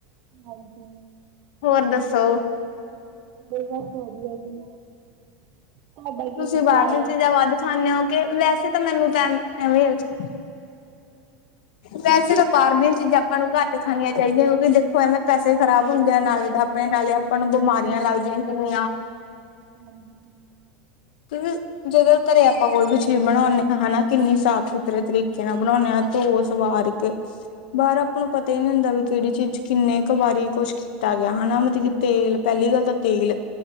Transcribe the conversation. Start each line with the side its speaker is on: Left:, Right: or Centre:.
Right: ਹਾਂਜੀ
Left: ਹੋਰ ਦੱਸੋ
Right: ਬਸ ਵਧੀਆ ਜੀ ਤੁਹਾਡਾ ਕੀ
Left: ਤੁਸੀਂ
Right: ਵਿਚਾਰ
Left: ਬਾਹਰ ਦੀ
Right: ਹੈ?
Left: ਚੀਜ਼ਾਂ ਵੱਧ ਖਾਂਦੇ ਹੋ ਕੇ ਵੈਸੇ ਮੈਨੂੰ ਤਾਂ ਐਵੇ ਹੋ ਵੈਸੇ ਤਾਂ ਬਾਹਰ ਦੀਆਂ ਚੀਜ਼ਾਂ ਆਪਾਂ ਨੂੰ ਘੱਟ ਖਾਣੀਆਂ ਚਾਹੀਦੀਆਂ ਕਿਉਂਕਿ ਦੇਖੋ ਐਵੇਂ ਪੈਸੇ ਖਰਾਬ ਹੁੰਦੇ ਆ ਨਾਲੇ ਤਾਂ ਨਾਲੇ ਆਪਾਂ ਨੂੰ ਬਿਮਾਰੀਆਂ ਲੱਗਦੀਆਂ ਕਿੰਨੀਆਂ
Right: ਹਾਜੀ
Left: ਕਿ ਜੇਕਰ ਘਰੇ ਆਪਾਂ ਕੋਈ ਵੀ ਚੀਜ਼ ਬਣਾਉਂਨੇ ਆ ਹਨਾ, ਕਿੰਨੀ ਸਾਫ਼ ਸੁਥਰੇ ਤਰੀਕੇ ਨਾਲ ਬਣਾਉਂਨੇ ਆ। ਧੋ ਸਵਾਰ ਕੇ ਬਾਹਰ ਆਪਾਂ ਨੂੰ ਪਤਾ ਹੀ ਨਹੀਂ ਹੁੰਦਾ ਵੀ ਕਿਹੜੀ ਚੀਜ਼ ਚ ਕਿੰਨੇ ਕੁ ਵਾਰੀ ਕੁੱਛ ਕੀਤਾ ਗਿਆ ਹਨਾ। ਮਤਲਬ ਤੇਲ ਪਹਿਲੀ
Right: ਹਾਂਜੀ
Left: ਗੱਲ ਤਾਂ ਤੇਲ